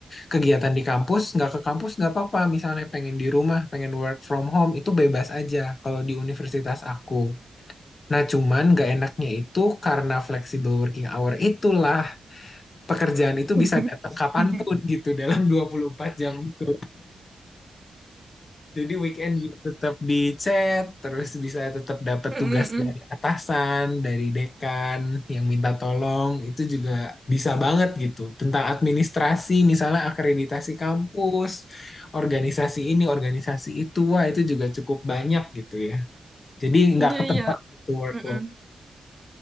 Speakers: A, on the left (about 45°); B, on the right (about 20°).
A: kegiatan di kampus, nggak ke kampus nggak apa-apa. Misalnya pengen di rumah, pengen work from home, itu bebas aja kalau di universitas aku. Nah, cuman nggak enaknya itu karena flexible working hour itulah pekerjaan itu
B: <laughs>
A: bisa datang kapanpun gitu dalam 24 jam itu. Jadi weekend juga tetap di chat, terus bisa tetap dapat
B: Mm,
A: tugas
B: mm.
A: dari atasan, dari dekan yang minta tolong, itu juga bisa banget gitu. Tentang administrasi, misalnya akreditasi kampus, organisasi ini, organisasi itu, wah itu juga cukup banyak gitu ya. Jadi nggak
B: Iya,
A: ketebak
B: iya.
A: gitu workload.
B: Mm-mm.